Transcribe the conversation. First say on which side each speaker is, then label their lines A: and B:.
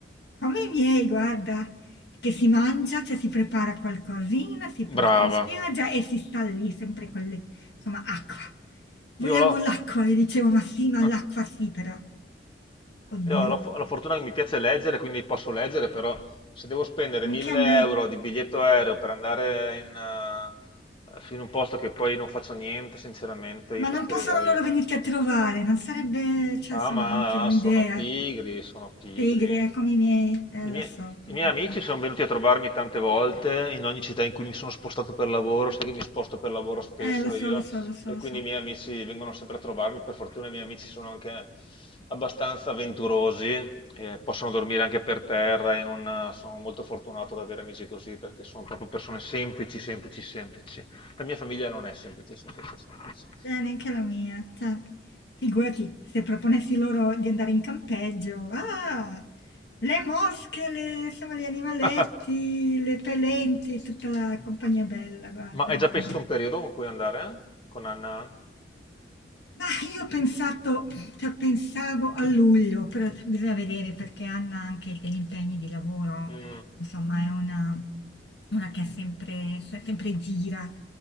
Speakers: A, on the left (about 65°); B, on the left (about 30°).
A: Come i miei, guarda, che si mangia, cioè si prepara qualcosina, si porta
B: Brava.
A: in spiaggia e si sta lì sempre con le, insomma, acqua. Vogliamo
B: Io l'ho.
A: l'acqua, le dicevo, ma sì, ma
B: <laughs>
A: l'acqua sì, però. Oddio,
B: Io ho la, fo- la fortuna che mi piace leggere, quindi posso leggere, però se devo spendere
A: anche
B: 1000
A: a me.
B: euro di biglietto aereo per andare in, eh, in un posto che poi non faccio niente, sinceramente,
A: Ma
B: io preferirei.
A: non possono loro venirti a trovare, non sarebbe, cioè,
B: Ah,
A: insomma,
B: ma
A: anche un'idea.
B: sono pigri, sono pigri.
A: Pigri, eh, come i miei, eh,
B: I miei,
A: lo so, come
B: i miei
A: i
B: amici
A: miei.
B: sono venuti a trovarmi tante volte in ogni città in cui mi sono spostato per lavoro, sai che mi sposto per lavoro spesso
A: Eh, lo so,
B: io,
A: lo so, lo so,
B: e
A: lo
B: quindi
A: so.
B: i miei amici vengono sempre a trovarmi. Per fortuna i miei amici sono anche abbastanza avventurosi, eh, possono dormire anche per terra e non, sono molto fortunato ad avere amici così perché sono proprio persone semplici, semplici, semplici. La mia famiglia non è semplice, semplice, semplice.
A: Eh, neanche la mia. Cioè, figurati, se proponessi loro di andare in campeggio. Ah, le mosche, le- insomma, gli animaletti,
B: <laughs>
A: le pelenti, tutta la compagnia bella, guarda,
B: Ma hai
A: no,
B: già pensato
A: no.
B: un periodo con cui andare con Anna?
A: Ma io ho pensato, cioè, pensavo a luglio, però bisogna vedere perché Anna ha anche degli impegni di lavoro,
B: Mm,
A: insomma è una, una che è sempre, sempre gira,